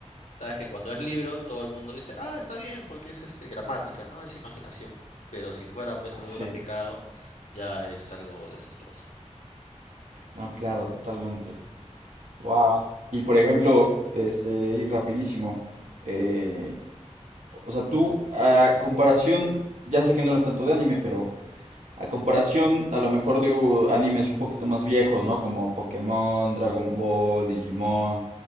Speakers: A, on the left; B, on the right.
A: Sabes que cuando es libro, todo el mundo dice, ah, está bien, porque es este gramática, ¿no? Es imaginación. Pero si fuera pues algo
B: Sí,
A: graficado, ya es algo desastroso.
B: no, claro, totalmente. Wow. Y por ejemplo, este, y rapidísimo, eh, O sea, tú, a comparación, ya sé que no eres tanto de anime, pero a comparación a lo mejor de uh, animes un poquito más viejos, ¿no? Como Pokémon, Dragon Ball, Digimon,